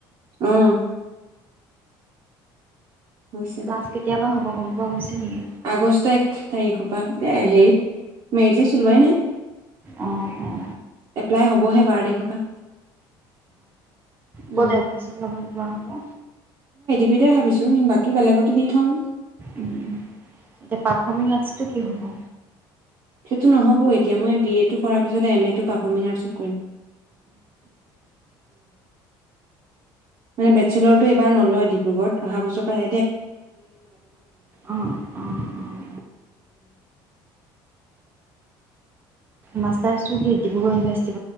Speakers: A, on the right; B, on the right.
A: অ' হৈছে,
B: ক্লাছ কেতিয়াবা হব গম গৰম উঠিছে নেকি
A: আগষ্ট এক তাৰিখৰ পৰা এ হেই মেতি চলোৱাই নাই
B: অঁ অঁ
A: এপ্লাই হ'বহে বাৰ তাৰিখৰ পৰা
B: কতাই
A: উম।
B: নক চন্দ বনাহো
A: দুয়োটাই ভাবিছো বাকী বেলেগতে দি থম
B: উম এতিয়া পাৰফৰ্মিং আছটো কি হব
A: সেইটো নহবএতিয়া মই বি এ টো কৰাৰ পিছতে এম এ টো পাৰফমিনাৰছত কৰিম বেচিলাৰটো নহয় এইবাৰ ডিব্ৰুগড়ত অহা বছৰ পৰা
B: অঁ অঁ অঁ মাষ্টাছটো কি ডিব্ৰুগড় ইউনিভাৰ্সিটি